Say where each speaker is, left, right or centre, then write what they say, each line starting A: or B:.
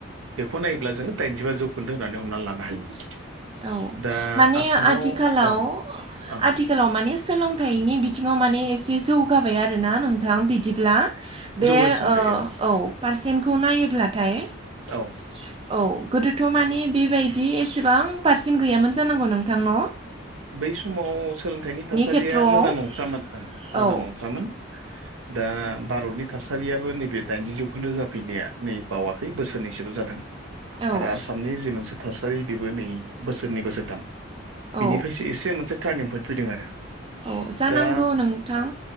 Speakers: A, on the right (about 85°); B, on the right (about 25°).
A: बेखौ नायोब्ला जोङो दाइनजिबा जौखोन्दो होनानै हमनानै लानो हायो।
B: औ
A: दा
B: माने
A: आसामाव
B: आथिखालाव
A: ओं ओं
B: आथिखालाव माने सोलोंथाइनि बिथिङाव माने एसे जौगाबाय आरोना नोंथां बिदिब्ला। बे
A: जौगासिनबाय
B: औ
A: ओं
B: पारसेन्टखौ नायोब्लाथाय
A: औ
B: <inaudible> औ गोदोथ' मानि बेबायदि एसेबां पारसेन्ट गैयामोन जानांगौ नोंथांनाव।
A: बै समाव सोलोंथाइनि थासारिया
B: खेथ्रआव
A: मोजां नंथ्रामोन ओं
B: औ
A: मोजां नंथ्रामोन दा भारतनि थासारियाबो नैबे दाइनजि जौखोन्दो जाफैनाया नै बावाखै बोसोरनैसोल' जादों।
B: औ
A: आरो आसामनि जि मोनसे थासारि बेबो नै बोसोरनै बोसोरथाम
B: औ
A: बिनिफ्रायसो एसे मोनसे टार्निं पइेन्ट फैदों आरो।
B: अ जानांगौ
A: दा
B: नोंथां